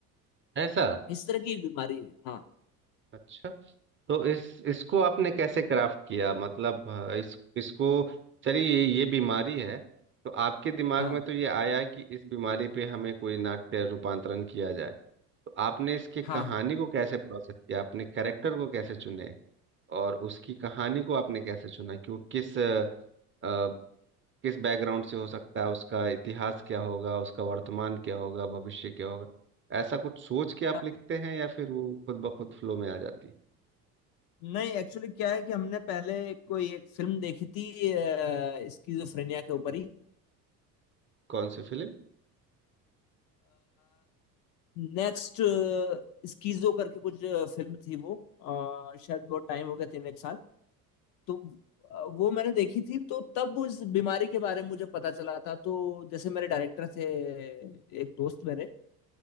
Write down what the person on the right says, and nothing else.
ऐसा
अच्छा तो इस इसको आपने कैसे क्राफ्ट किया मतलब अ, इस इसको चलिए ये ये बीमारी है तो आपके दिमाग
में तो ये आया कि इस बीमारी पे हमें कोई नाट्य रूपांतरण किया जाए तो आपने इसकी
कहानी
को कैसे प्रोसेस किया आपने कैरेक्टर को कैसे चुने और उसकी कहानी को आपने कैसे चुना कि वो किस अ, अ, किस बैकग्राउंड से हो सकता है उसका इतिहास क्या होगा उसका वर्तमान क्या होगा भविष्य क्या होगा ऐसा कुछ सोच
के आप लिखते हैं या फिर वो खुद ब खुद फ्लो में आ जाती है
कौन सी फिल्म